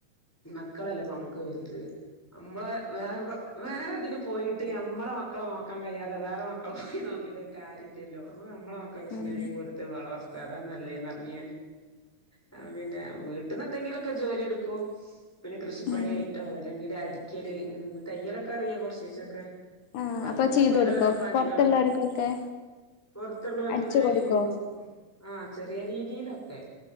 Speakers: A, in the centre; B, on the left (about 80°).
A: മക്കളല്ലപ്പം നമ്മക്ക് വൽത്. അമ്മളെ വേറെ വേറെതിന് പോയിട്ട് അമ്മളെ മക്കളെ നോക്കാ കഴിയാ വേറെ മക്കളെ പോയി നോക്കീട്ട് ഒരു കാര്യല്ലല്ലോ അമ്മള് അമ്മളെ മക്കക്ക്
B: ആഹ്
A: സ്നേഹം കൊട് ത്ത് വളർത്താ അതാ നല്ലേന്ന്റിഞ്ഞ്. ഞാന് പിന്നെ വീട്ട്ന്ന് എന്തെങ്കിലൊക്കെ ജോലി എട്ക്കും. പിന്നെ കൃഷിപ്പണിയായിട്ടോ
B: ആഹ്
A: അല്ലെങ്കില് അടി ക്കല് തയ്യലൊക്കെ അറിയാ കൊർച്ചീച്ചൊക്കെ
B: ആഹ്
A: അപ്പൊ അങ്ങൻത്തൊ
B: ചെയ്ത്
A: ക്കി ക്കൊ ഓരോരോ
B: കൊടുക്കോ
A: പണികള്
B: പൊറത്തുള്ളവർക്കൊക്കെ
A: പൊർത്ത്ള്ളോൽക്ക്ങ്ങനെ
B: അടിച്ചു കൊടുക്കോ
A: എഴ്തും. ആഹ് ചെറിയ രീതിയിലൊക്കെ